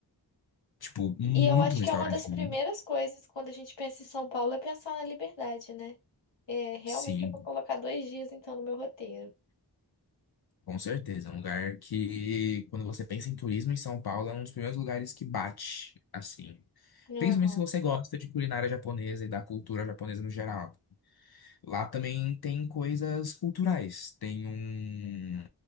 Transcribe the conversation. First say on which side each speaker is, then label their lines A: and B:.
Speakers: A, on the left; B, on the left.
A: Tipo, muito
B: E eu acho
A: restaurante.
B: que é uma das
A: lindo.
B: primeiras coisas quando a gente pensa em São Paulo é pensar na liberdade, né? É, realmente
A: Sim,
B: eu vou colocar dois dias então no meu roteiro.
A: com certeza. É Um lugar que, quando você pensa em turismo em São Paulo, é um dos primeiros lugares que bate, assim.
B: Aham.
A: Principalmente se você gosta de culinária japonesa e da cultura japonesa no geral. Lá também tem coisas culturais. Tem um.